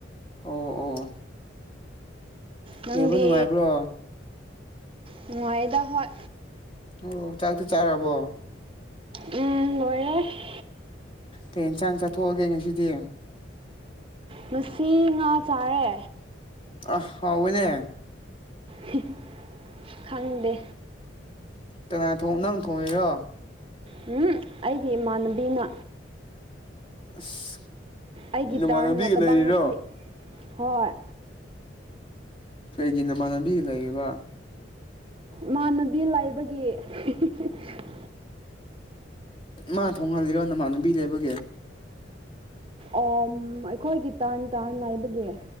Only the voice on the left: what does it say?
ꯑꯣ ꯑꯣ꯫
ꯂꯩꯕ ꯅꯨꯡꯉꯥꯏꯕ꯭ꯔꯣ
ꯑꯣ ꯆꯥꯛꯇꯤ ꯆꯥꯔꯕꯣ?
ꯀꯩ ꯏꯟꯁꯥꯡ ꯆꯠꯊꯣꯛꯑꯒꯦ ꯉꯁꯤꯗꯤ?
ꯑ ꯍꯥꯎꯋꯦꯅꯦ꯫
ꯀꯅꯥ ꯊꯣꯡ ꯅꯪ ꯊꯣꯡꯉꯤꯔꯣ?
ꯑꯁ
ꯅꯃꯥꯟꯅꯕꯤꯒ
ꯂꯩꯔꯤꯔꯣ?
ꯀꯩꯒꯤ ꯅꯃꯥꯟꯅꯕꯤꯒ ꯂꯩꯔꯤꯕ?
ꯃꯥ ꯊꯣꯡꯍꯜꯂꯤꯔꯣ ꯅꯃꯥꯟꯅꯕꯤ ꯂꯩꯕꯒꯤ?